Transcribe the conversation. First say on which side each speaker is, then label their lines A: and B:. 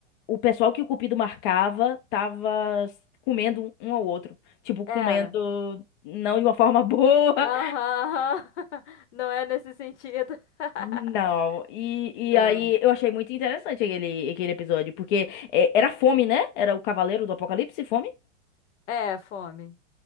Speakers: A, on the left; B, on the left.
A: o pessoal que o Cupido marcava tava s- comendo um um ao outro. Tipo, comendo
B: Era.
A: não de uma forma <laughs> boa.
B: Aham. <laughs> Não é nesse sentido. <laughs>
A: Não. E,
B: Não.
A: e aí eu achei muito interessante aquele, aquele episódio, porque é, era fome, né? Era o Cavaleiro do Apocalipse, fome.
B: É, fome.